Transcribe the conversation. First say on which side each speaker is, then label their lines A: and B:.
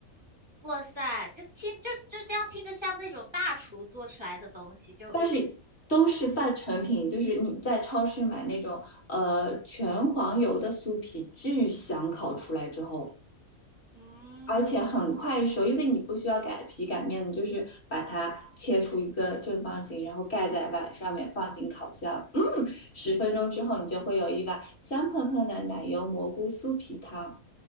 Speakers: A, on the right; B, on the left.
A: 哇塞，就听就就这样听着像那种大厨做出来的东西，就
B: 但是都是半成品，
A: 嗯
B: 就是你在超市买那种呃全黄油的酥皮，巨香烤出来之后，
A: 嗯，
B: 而且很快熟，因为你不需要擀皮擀面，你就是把它切出一个正方形，然后盖在碗上面，放进烤箱，嗯，十分钟之后你就会有一碗香喷喷的奶油蘑菇酥皮汤。